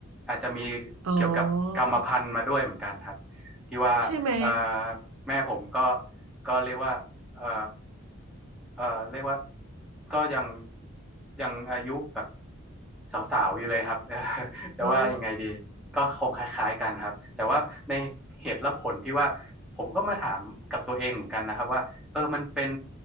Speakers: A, in the centre; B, on the right.
A: อาจจะมี
B: อ๋อ
A: เกี่ยวกับกรรมพันธุ์มาด้วยเหมือนกันครับที่ว่าเอ่อ
B: ใช่ไหม
A: แม่ผมก็ก็เรียกว่าเอ่อเอ่อเรียกว่าก็ยังยังอายุแบบสาวๆอยู่เลยครับ <laughs> จะว่ายังไงดีก็คงคล้ายๆกันครับแต่ว่าในเหตุและผลที่ว่าผมก็มาถามกับตัวเองเหมือนกันนะครับว่า
B: อ๋อ
A: เออ มันเป็น